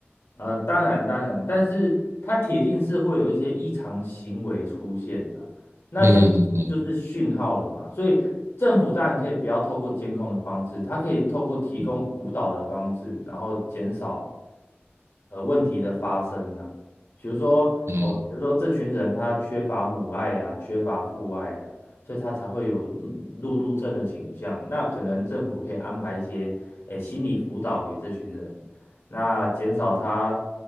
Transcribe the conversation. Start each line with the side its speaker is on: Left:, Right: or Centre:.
Left: 呃，当然当然，但是它铁定是会有一些异常行为出现的，那这个就是讯号了嘛。
Right: 嗯嗯嗯
Left: 所以政府当然可以不要透过监控的方式，它可以透过提供辅导的方式，
Right: 嗯
Left: 然后减少呃问题的发生呐、比如说哦，
Right: 嗯。
Left: 比如说这群人他缺乏母爱呀、缺乏父爱呀、所以他才会有嗯路怒症的倾向。那可能政府可以安排一些诶心理辅导给这群人，那减少他